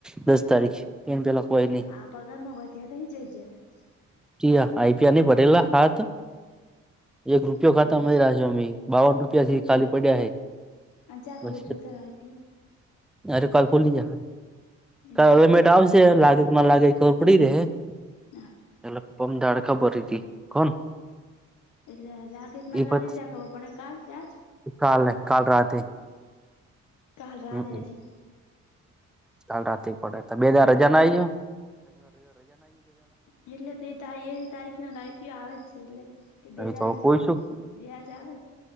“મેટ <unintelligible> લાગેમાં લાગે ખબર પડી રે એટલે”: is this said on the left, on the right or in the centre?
Centre